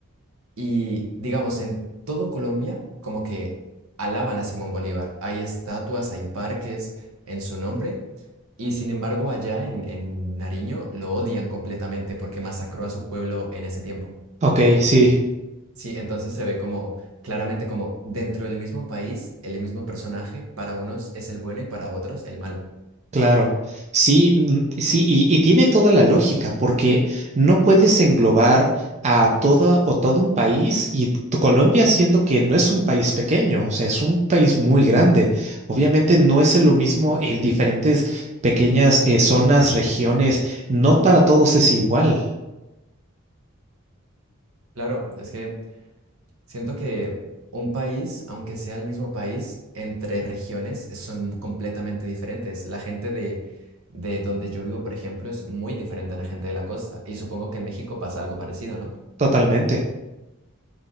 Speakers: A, on the right; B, on the right.
A: Y digamos, en todo Colombia, como que alaban a Simón Bolívar. Hay estatuas, hay parques en su nombre. Y sin embargo, allá en, en Nariño lo odian completamente porque masacró a su pueblo en ese tiempo.
B: Ok, sí.
A: Sí, entonces se ve como claramente como dentro del mismo país, el mismo personaje, para unos es el bueno y para otros el malo.
B: Claro, sí, mm, sí, y, y tiene toda la lógica, porque no puedes englobar a toda o todo un país y t- Colombia siendo que no es un país pequeño, o sea, es un país muy grande. Obviamente no es lo mismo el diferentes pequeñas eh, zonas, regiones, no para todos es igual,
A: Claro, es que Siento que un país, aunque sea el mismo país, entre regiones son completamente diferentes. La gente de, de donde yo vivo, por ejemplo, es muy diferente a la gente de la costa. Y supongo que en México pasa algo parecido, ¿no?
B: totalmente.